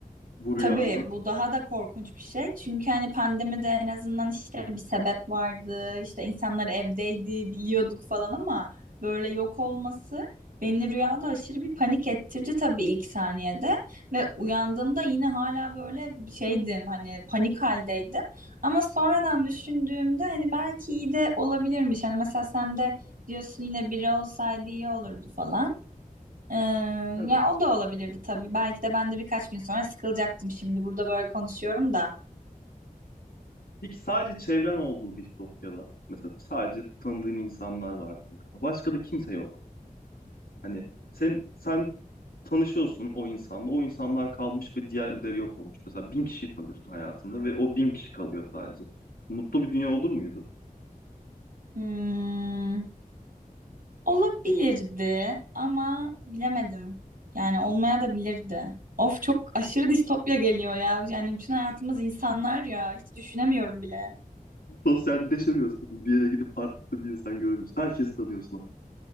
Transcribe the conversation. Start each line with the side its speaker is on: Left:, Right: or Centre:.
Left: bu
Right: Tabii
Left: rüyanda.
Right: bu daha da korkunç bir şey. Çünkü hani pandemide en azından işte bir sebep vardı. İşte insanlar evdeydi, biliyorduk falan ama böyle yok olması beni rüyada aşırı bir panik ettirdi tabii ilk saniyede ve uyandığımda yine hala böyle şeydim hani panik haldeydim. Ama sonradan düşündüğümde hani belki iyi de olabilirmiş. Hani mesela sen de diyorsun yine biri olsaydı iyi olurdu falan. Ee,
Left: Evet.
Right: ya o da olabilirdi tabii. Belki de ben de birkaç gün sonra sıkılacaktım şimdi burada böyle konuşuyorum da.
Left: Peki sadece çevren olduğu distopyada mesela sadece tanıdığın insanlar vardı. Başka da kimse yok. Hani sen sen tanışıyorsun o insanla. O insanlar kalmış ve diğerleri yok olmuş. Mesela bin kişiyi tanıyorsun hayatında ve o bin kişi kalıyor sadece. Mutlu bir dünya olur muydu?
Right: Hmm, olabilirdi ama bilemedim. Yani olmaya da bilirdi. Of çok aşırı distopya geliyor ya. Yani bütün hayatımız insanlar ya. Hiç düşünemiyorum bile.
Left: Sosyalleşemiyorsun. Bir yere gidip farklı bir insan göremiyorsun. Herkesi tanıyorsun abi.